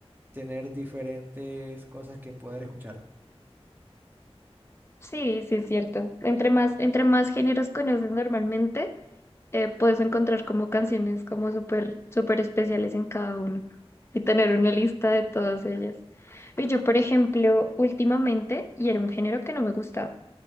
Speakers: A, on the right; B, on the left.
A: tener diferentes cosas que poder escuchar.
B: Sí, sí, es cierto. Entre más, entre más géneros conoces normalmente, eh, puedes encontrar como canciones como súper, súper especiales en cada uno y tener una lista de todas ellas. Y yo, por ejemplo, últimamente, y era un género que no me gustaba,